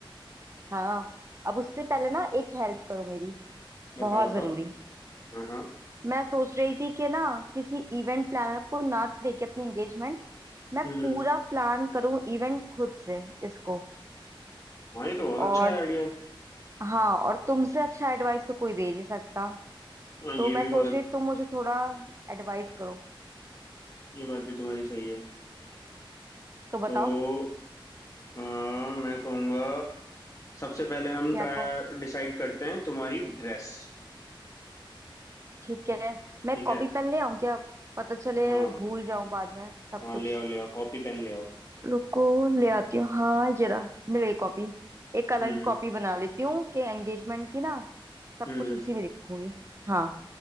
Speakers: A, on the right; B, on the left.
A: हाँ अब उससे पहले ना एक हेल्प करो मेरी
B: बताओ
A: बहुत
B: बताओ
A: जरूरी
B: हाँ हाँ
A: मैं सोच रही थी कि ना किसी इवेंट प्लानर को ना दे के अपनी एंगेजमेंट मैं
B: हम्म
A: पूरा प्लान करूं इवेंट खुद से इसको
B: हाँ ये तो बहुत
A: और
B: अच्छा है आइडिया है।
A: हाँ और तुमसे अच्छा एडवाइस तो कोई दे नहीं सकता
B: हाँ ये
A: तो मैं
B: भी
A: सोच
B: बहुत अच्छ-
A: रही तुम मुझे थोड़ा एडवाइस करो
B: ये बात भी तुम्हारी सही है
A: तो बताओ
B: तो हाँ मैं कहूँगा सबसे पहले हम
A: क्या
B: ट्राई
A: कहो
B: डिसाइड करते हैं तुम्हारी ड्रेस
A: ठीक है मैं
B: ठीक
A: कॉपी
B: है
A: पेन ले आऊं क्या पता चले
B: हाँ
A: भूल जाऊं बाद में सब
B: हाँ
A: कुछ
B: ले आओ ले आओ कॉपी पेन ले आओ
A: रुको ले आती हूँ हाँ जरा मिल गई कॉपी एक अलग
B: हम्म
A: ही
B: हम्म
A: कॉपी बना लेती हूँ कि एंगेजमेंट की ना सब
B: हम्म
A: कुछ
B: हम्म।
A: उसी में लिखूंगी हाँ